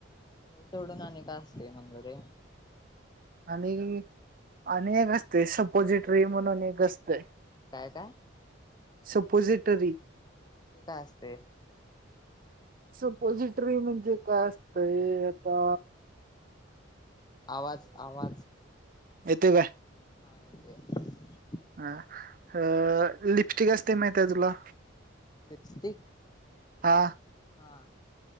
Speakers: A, on the left; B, on the right.
A: आणि हे सोडून आणि का असते म्हण जूरे
B: आणि आणि एक असते सपोजिट्री म्हणून एक असतय.
A: काय काय
B: सपोझिटरी
A: काय असते.
B: सपोझिटरी म्हणजे काय असतंय आता?
A: आवाज आवाज
B: येतो काय?
A: हा येतय.
B: अ अ लिपस्टिक असते माहिती आहे तुला
A: लिपस्टिक
B: हा
A: हा